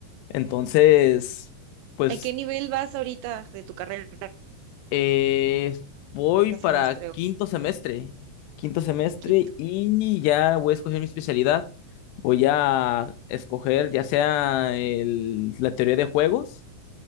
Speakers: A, on the left (about 80°); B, on the right (about 85°).
A: Entonces, pues
B: ¿A qué nivel vas ahorita de tu carrera?
A: eh, voy para
B: ¿A semestre
A: quinto
B: o
A: semestre, quinto semestre
B: quinto?
A: y ya voy a escoger mi especialidad. Voy a escoger ya sea el- la teoría de juegos